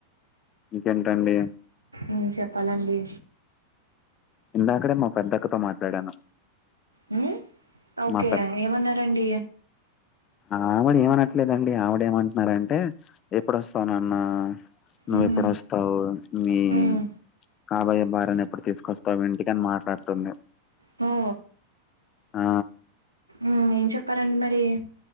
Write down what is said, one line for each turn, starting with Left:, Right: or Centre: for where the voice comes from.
Left: ఇంకేంటంది
Right: ఉమ్మ్ చెప్పాలండి
Left: ఇందాకడే మా పెద్దక్కతో మాట్లాడాను
Right: ఉమ్మ్ ఓకే
Left: మా
Right: ఏమన్నారండి
Left: ఆవిడా ఏమనట్లేదండి ఆవిడా ఏమంటన్నారంటే ఎప్పుడోస్తావ్ నాన్న నువ్వెప్పుడోస్తావ్
Right: మ్మ్
Left: మీ
Right: మ్మ్
Left: కాబోయే భార్యను ఎప్పుడు తీసుకొస్తావు ఇంటికని మాట్లాడుతుంది
Right: హో
Left: ఆ
Right: ఉమ్ ఏం చెప్పారండి మరి